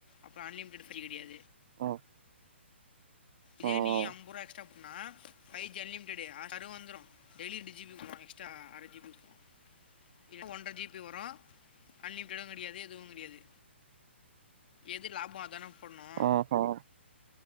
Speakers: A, on the left; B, on the right.
A: அப்ப அன்லிமிடட் ஃப்ரீ கெடையாது
B: ம்
A: இதே
B: ம்
A: நீ அம்ப ரூவா எக்ஸ்ட்ரா போட்னா ஃபைவ்ஜி அன்லிமிடட்டு ஆர் ஹாரு வந்துரு டெய்லி ரெண்டு ஜிபி உடுவா எக்ஸ்ட்ரா அர ஜிபி உட்ருவா இது க்கு ஒன்ற ஜிபி வரு அன்லிமிடடு கெடயாது எதுவு கெடயாது எது லாபோ அதான போட்னு
B: ம் ம்